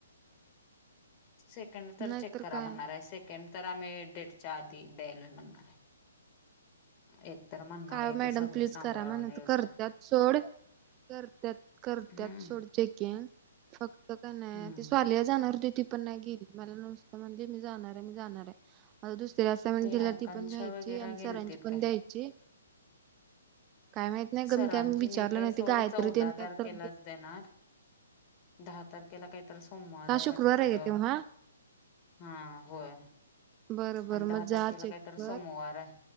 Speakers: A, on the left (about 35°); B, on the right (about 25°).
A: सेकंड तर
B: नाहीतर
A: चेक करा
B: काय
A: म्हणणार आहे, सेकंड तर आम्ही डेटच्या आधी द्यायलोय म्हणणार. एक तर म्हणणार
B: काय
A: आहे
B: ओ
A: इथे
B: मॅडम
A: सगळं
B: प्लीज
A: सांभाळून
B: करा, म्हणायचं
A: येऊस
B: करत्यात
A: तर
B: सोडं करत्यात- करत्यात
A: हम्म.
B: सोड चेकीगं. फक्त का नाही
A: हम्म.
B: ती स्वालीया जाणार होती ति. पण नाही गेली मला नुसतं म्हणले मी जाणार आहे, मी जाणार आहे. आता दुसरी असायमट
A: ते
B: दिल्या
A: आकांक्षा
B: ती पण द्यायची,
A: वगैरे
B: आणि
A: गेलतीत
B: सरांची पण
A: काय?
B: द्यायची काय माहित नाही
A: सरांची
B: ग मी काय विचारलं
A: नही काय
B: नाही
A: सोडं
B: ते गायत्री
A: चौदा
B: तेन काय
A: तारखेलाच
B: तर
A: देणार. दहा तारखेला काय तर सोमवार
B: हा
A: आहे
B: शुक्रवार
A: वाटतं गं,
B: का तेव्हा
A: हा होय.
B: बरं बरं
A: आणि दहा
B: मग
A: तारखेला
B: जा चेक
A: काहीत सोमवार
B: कर
A: आहे,